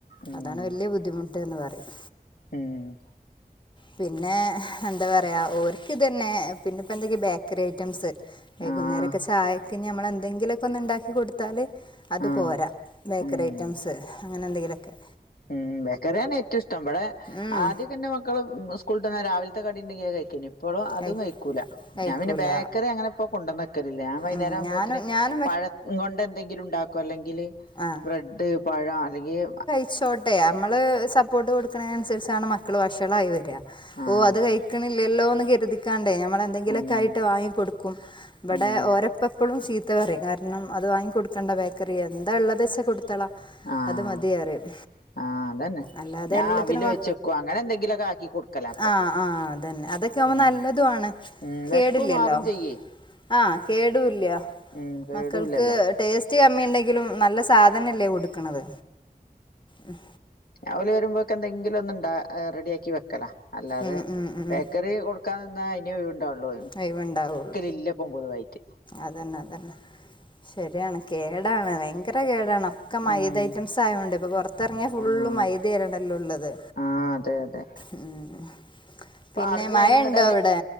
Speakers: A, on the left (about 85°); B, on the left (about 30°).
A: ഉം
B: അതാണ് വലിയ ബുദ്ധിമു ട്ടെന്ന് പറയും
A: ഉം
B: പിന്നെ എന്താ പറയുക ഓർക്ക് ഇതു തന്നെ പിന്നെ എന്തെങ്കിലും ബേക്കറി ഐറ്റംസ് വൈകുന്നേരക്കെ
A: ആഹ്
B: ചായക്ക് ഞമ്മള് എന്തെങ്കിലുക്കെ ഒന്ന് ഉണ്ടാക്കി കൊടുത്താല് അത്
A: ആഹ്
B: പോരാ ബേക്കറി
A: ഉം
B: ഐറ്റംസ് അങ്ങനെ എന്തെങ്കിലുക്കെ
A: ഉം ബേക്കറിന്നേണ് ഏറ്റവും ഇഷ്ടം ഇവിടെ
B: ഉം
A: ആദ്യക്കെ ഇൻ്റെ മ്മക്ക മക്കള് സ്കൂള് വിട്ട് വന്നാ രാവിലത്തെ കടി ഉണ്ടെങ്കിൽ കഴിക്കുന്നു. ഇപ്പോഴും അതും
B: കഴി
A: കഴിക്കൂലാ
B: കഴിക്കൂല
A: ഞാൻ പിന്നെ ബേക്കറി അങ്ങനെ ഇപ്പൊ കൊണ്ടന്ന് വക്കലില്ല ഞാൻ വൈന്നാരം
B: ഉം
A: ആകൂമ്പോഴത്തിന്
B: ഞാനും ഞാനും
A: പഴം കൊണ്ട് എന്തെങ്കിലും ഉണ്ടാക്കും അല്ലെങ്കില്
B: ആഹ്
A: ബ്രെഡ് പഴ അല്ലെങ്കിൽ
B: ച്ചോട്ടെ നമ്മള് സപ്പോർട്ട് കൊടുക്കണ നുസരിച്ചാണ് മക്കൾ വഷളായി വരിക.
A: ആഹ്
B: ഓ അത് കഴിക്കണില്ലല്ലോ എന്ന് കരുതിക്കാണ്ട് നമ്മള് എന്തെങ്കിലുക്കെ
A: ഉം
B: ആയിട്ട് വാങ്ങി കൊടുക്കും ഇവിടെ
A: ഉം
B: ഓരപ്പപ്പോഴും ചീത്ത പറയും കാരണം അത് വാങ്ങി കൊടുക്കേണ്ട ബേക്കറി എന്താ ഉള്ളത് ച്ചാകൊടുത്തളാ
A: ആഹ്
B: അത് മതിയറിം
A: ആഹ് അതന്നെ
B: അല്ലാതെ
A: ഞാൻ
B: എല്ലത്തിനും
A: അവില്
B: അ
A: വെച്ചെക്കും അങ്ങനെ എന്തെങ്കിലൊക്കെ ആക്കി കൊടുക്കല അപ്പം
B: ആ ആ അതന്നെ അതൊ ക്കെയാമ്പം
A: ഉം
B: നല്ലതുമാണ്
A: ഉം
B: കേടില്ലല്ലോ
A: വെശപ്പ് മാറും ചെയ്യേ
B: ആ കേടുമില്ല
A: ഉം കേടൂല്ലല്ലോ
B: മക്കൾക്ക് ടേസ്റ്റ് സ്റ്റ്കമ്മി ഉണ്ടെങ്കിലും നല്ല സാധനല്ലേ കൊടുക്കണത് ഉം
A: അവര് വരുമ്പോഴക്കെ എന്തെങ്കിലും ഒന്നും ഇണ്ടാ റെഡിയാക്കി വെക്കലാ അല്ലാതെ
B: ഉം ഉം ഉം
A: ബേക്കറി കൊ ടുക്കന്നാൽ അതിനെ ഒഴിവു ണ്ടാവുള്ളൂ
B: അയവ് ഉണ്ടാവുള്ളൂ
A: ഇല്ല പൊതുവായിട്ട്
B: അതന്നെ അതന്നെ ശരിയാണ് കേടാണ് ഭയങ്കര കേടാണ് ഒക്കെ മൈദ
A: ഉം
B: ഐറ്റംസ് ആയൊണ്ട് ഇപ്പൊ പുറത്തിറങ്ങിയ ഫുള്ള്
A: ആഹ്
B: മൈദ ആരണല്ലോ ഉള്ളത്
A: ആഹ് അതെ അതെ
B: ഉം
A: ഇപ്പ
B: പിന്നെ
A: ആളുകൾ
B: മയണ്ടോ
A: അയിനിങ്ങട്
B: അവിടെ